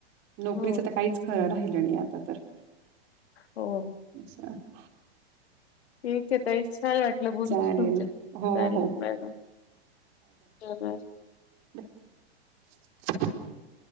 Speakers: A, on the right; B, on the left.
A: नोकरीचं
B: हो
A: तर काहीच खरं राहिलं नाही आता तर
B: हो
A: अच्छा
B: ठीक आहे ताई छान वाटलं बोल
A: चालेल.
B: तुमचे चाले
A: हो, हो.
B: Bye bye
A: <unintelligible>